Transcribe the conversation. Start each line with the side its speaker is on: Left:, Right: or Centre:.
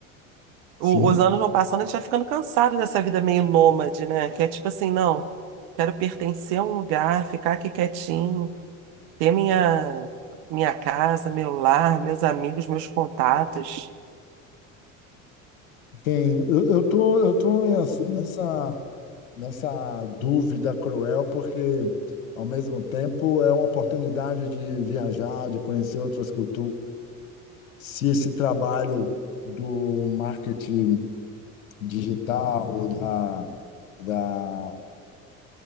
Right: o-
Left: Sim,
Right: Os anos vão passando, a gente vai ficando cansado dessa vida meio nômade, né? Que é tipo assim, não, quero pertencer a um lugar, ficar aqui quietinho, ter minha, minha casa, meu lar, meus amigos, meus contatos.
Left: tem. Eu, eu tô, eu tô assim nessa nessa dúvida cruel, porque ao mesmo tempo é uma oportunidade de viajar, de conhecer outras culturas. Se esse trabalho do marketing digital, ou da, da